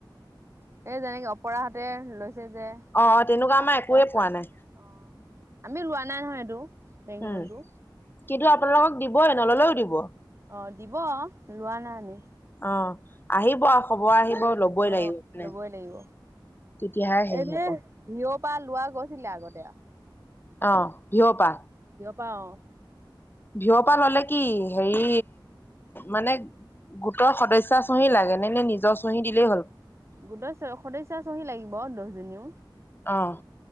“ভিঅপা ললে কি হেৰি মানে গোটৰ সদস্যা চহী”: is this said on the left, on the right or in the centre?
Left